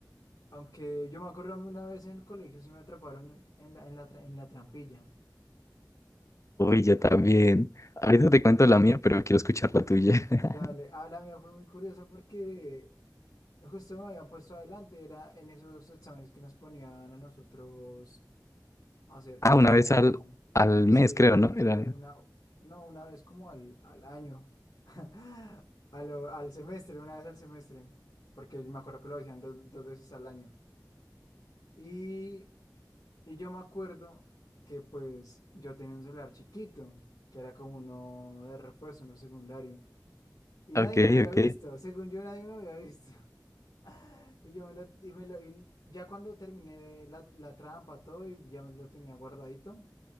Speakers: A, on the left; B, on the left.
A: aunque yo me acuerdo a mí una vez en el colegio, sí me atraparon en, en la, en la, tra- en la trampilla.
B: Uy, yo
A: <laughs>
B: también. Ahorita te cuento la mía, pero quiero escuchar la tuya. <laughs>
A: Dale, ah, la mía fue muy curiosa porque justo me habían puesto adelante, era en esos exámenes que nos ponían a nosotros hacer
B: Ah,
A: como,
B: una vez al, al
A: sí,
B: mes, creo, ¿no? Era...
A: una, no, una vez como al, al año, <laughs> a lo- al semestre, una vez al semestre, porque me acuerdo que lo hacían dos, dos veces al año. Y, y yo me acuerdo que pues yo tenía un celular chiquito, que era como uno de repuesto, uno secundario. Y
B: Ok,
A: nadie me había
B: ok.
A: visto, según yo nadie me había visto. <laughs> Y yo me lo, y me lo, y ya cuando terminé la, la trampa, todo, y ya me lo tenía guardadito.